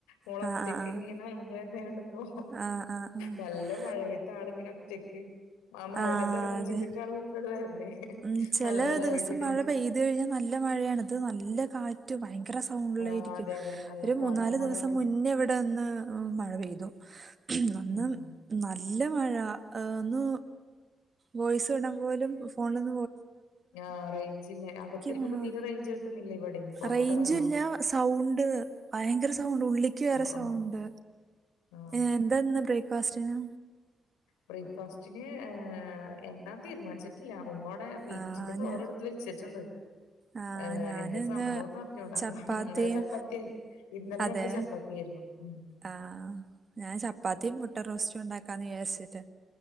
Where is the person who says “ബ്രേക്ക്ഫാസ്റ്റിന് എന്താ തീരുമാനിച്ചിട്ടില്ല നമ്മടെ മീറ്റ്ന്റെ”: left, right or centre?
Left